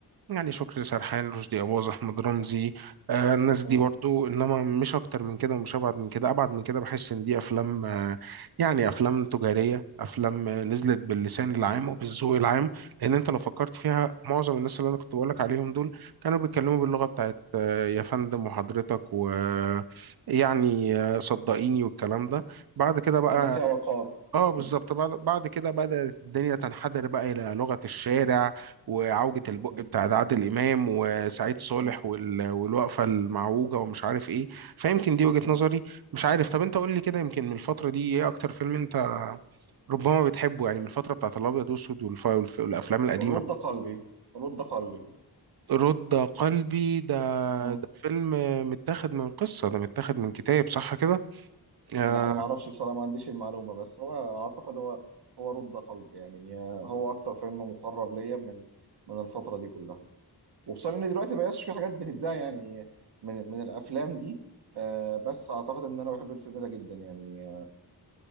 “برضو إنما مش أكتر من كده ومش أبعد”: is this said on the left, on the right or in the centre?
Right